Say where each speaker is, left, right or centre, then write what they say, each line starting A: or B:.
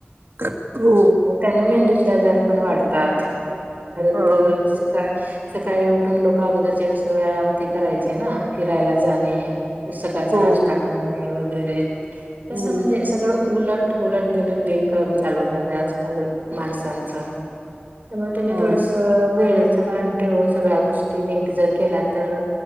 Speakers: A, on the right; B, on the right.
A: करतो.
B: मग त्यांना मेंदूचे आजार पण वाढतात. परत
A: हा हो
B: शिका- सकाळी उठ ऊठुन लोक अगोदरचे कसं व्यायाम ते करायचे ना! फिरायला जाणे पु सकाळचा नाश्ता
A: हो
B: करणे- तर हे तसं
A: हम्म
B: म्हणजे सगळं- उलट उलट दिन दिनक्रम चालू झाला आजकाल माणसांचा त्यामुळे त्यांनी
A: हो
B: थोडस वेळेत ते भान ठेवून सगळ्या गोष्ट टि नेक जर केला तर